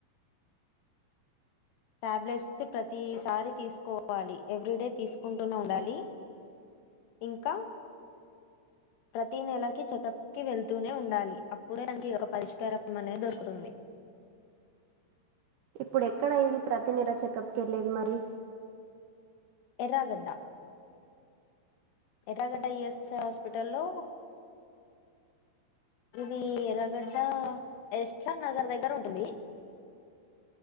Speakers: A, on the left; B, on the right.
A: టాబ్లెట్స్ ప్రతిసారి తీసుకోవాలి ఎవ్రీ డే తీసుకుంటూనే ఉండాలి ఇంకా ప్రతి నెలకి చెకప్ కి వెళ్తూనే ఉండాలి అప్పుడే దానికి ఒక పరిష్కారం అనే దొరుకుతుంది
B: ఇప్పుడుక్కడయిది ప్రతి నెల చెకప్కి వెళ్ళది మరి
A: ఎర్రగడ్డ ఎర్రగడ్డ ఈఎస్ఐ హాస్పిటల్ లో ఇది ఎర్రగడ్డ ఎస్ర్ నగర్ దగ్గర ఉంటుంది